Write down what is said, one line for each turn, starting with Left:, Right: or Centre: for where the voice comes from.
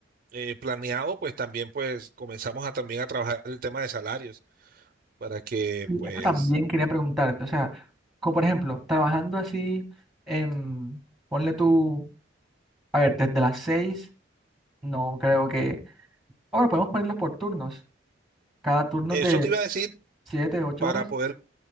Right: eh, planeado, pues también pues comenzamos a también a trabajar el tema de salarios. para que,
Centre: Sí,
Right: pues,
Centre: esto también quería preguntarte. O sea, como por ejemplo, trabajando así, en, ponle tú, a ver, desde las seis, no creo que... ah, Bueno, podemos ponerlos por turnos. Cada turno
Right: eso
Centre: es de
Right: te iba a decir,
Centre: siete, ocho
Right: para
Centre: horas.
Right: poder,